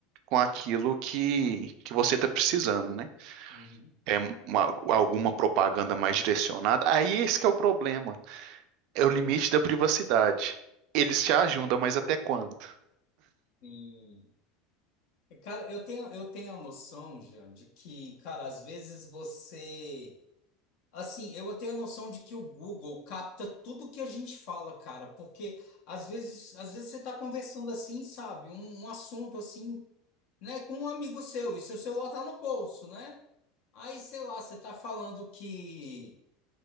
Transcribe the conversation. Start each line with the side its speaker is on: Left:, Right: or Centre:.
Right: com aquilo que, que você está precisando, né?
Left: Uhum.
Right: É uma- alguma propaganda mais direcionada. Aí esse que é o problema. É o limite da privacidade. Eles te ajudam, mas até quando?
Left: Sim. Cara, eu tenho, eu tenho a noção, Jean, de que, cara, às vezes você. Assim, eu tenho a noção de que o Google capta tudo que a gente fala, cara, porque às vezes, às vezes você tá conversando assim, sabe, um, um assunto assim, né, com um amigo seu, e seu celular tá no bolso, né? Aí, sei lá, você tá falando que,